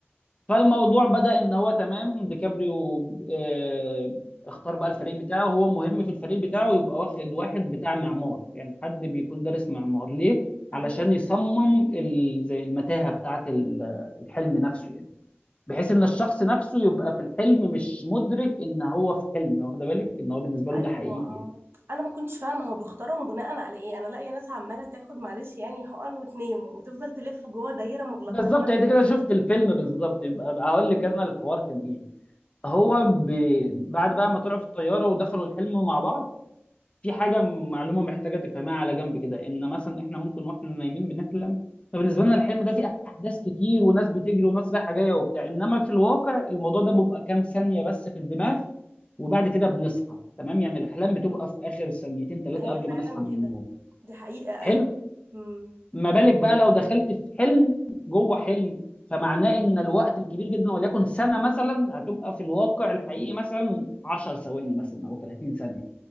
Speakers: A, on the left; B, on the right.
A: فالموضوع بدأ ان هو تمام ديكابريو آه، اختار بقى الفريق بتاعه هو مهم في الفريق بتاعه يبقى واخد واحد بتاع معمار يعني حد بيكون دارس معمار ليه
B: طب
A: علشان
B: ليه
A: يصمم ال- زي المتاهة بتاعة ال- الحلم نفسه يعني بحيث ان الشخص نفسه يبقى في الحلم مش مدرك ان هو في حلم واخد بالك ان هو بالنسبة له
B: ايوه
A: ده حقيقي
B: آه.
A: يعني
B: انا ما كنتش فاهمه هو بيختارهم بناء على ايه انا لاقيه ناس عماله تاخد معلش يعني حقن وتنام وتفضل تلف جوه دايره مغلقه
A: بالظبط
B: أيوة.
A: يعني انت كده شفت الفيلم بالظبط يبقى هقول لك انا الحوار كان ايه هو ب... بعد بقى ما طلعوا في الطيارة ودخلوا الحلم مع بعض في
B: آه،
A: حاجه معلومه محتاجه تفهمها على جنب كده ان مثلا احنا ممكن واحنا نايمين بنحلم فبالنسبه لنا الحلم ده فيه احداث كتير وناس بتجري وناس رايحه جايه وبتاع انما في الواقع الموضوع ده بيبقى كام ثانيه بس في الدماغ وبعد كده بنصحى تمام يعني الاحلام بتبقى في اخر ثانيتين ثلاثه
B: ما هي
A: قبل
B: فعلا
A: ما نصحى من
B: كده
A: النوم
B: دي حقيقه
A: حلو
B: ايوه امم
A: ما بالك بقى لو دخلت في حلم جوه حلم فمعناه ان الوقت الكبير جدا وليكن سنه مثلا هتبقى في الواقع الحقيقي مثلا 10 ثواني مثلا او 30 ثانيه